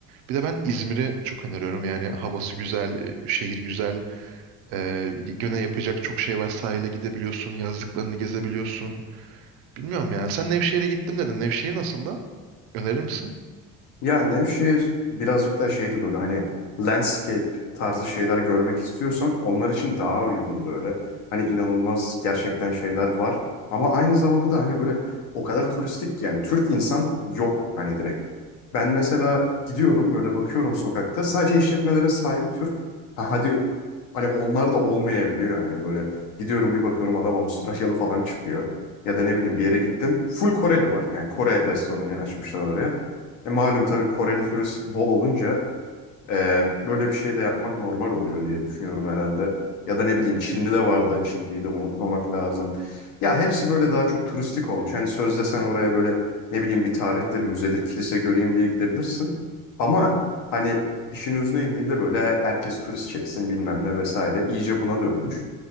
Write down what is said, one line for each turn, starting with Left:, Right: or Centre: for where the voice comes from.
Right: Bir de ben İzmir'e çok öneriyorum. Yani havası güzel, e, şehir güzel. E, gene yapacak çok şey var. Sahile gidebiliyorsun, yazlıklarını gezebiliyorsun. Bilmiyorum ya. Sen Nevşehir'e gittim dedin. Nevşehir nasıl da? Önerir misin?
Left: Ya Nevşehir birazcık daha şeydi böyle hani landscape tarzı şeyler görmek istiyorsan onlar için daha uygun böyle. Hani inanılmaz gerçekten şeyler var. Ama aynı zamanda da hani böyle o kadar turistik ki yani Türk insan yok hani direkt. Ben mesela gidiyorum böyle bakıyorum sokakta sadece işletmelerin sahibi Türk. Ha hadi hani onlar da olmayabiliyor hani böyle gidiyorum bir bakıyorum adam Avustralyalı falan çıkıyor. Ya da ne bileyim bir yere gittim full Koreli var yani Kore restoranı açmışlar oraya. E, malum tabii Koreli turist bol olunca e, böyle bir şey de yapmak normal oluyor diye düşünüyorum herhalde. Ya da ne bileyim Çin'de de vardı. Çinliyi de unutmamak lazım. Ya hepsi böyle daha çok turistik olmuş. Hani sözde sen oraya böyle ne bileyim bir tarihtir, müzedir, kilise göreyim diye gidebilirsin. Ama hani işin özüne indiğinde böyle her- herkes turist çeksin bilmem ne vesaire. iyice buna dönmüş.